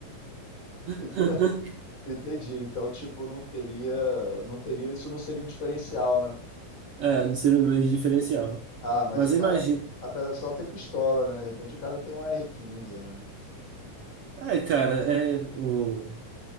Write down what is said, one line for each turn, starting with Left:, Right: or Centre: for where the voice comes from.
Right: <laughs>
Left: ent- entendi. Então, tipo, não teria, não teria, isso não seria um diferencial, né?
Right: é, não seria um grande diferencial.
Left: Ah, mas
Right: Mas
Left: o cara.
Right: eu imagino.
Left: A pedra sol tem pistola, né? De repente o cara tem um R15, né?
Right: É, cara, é. O...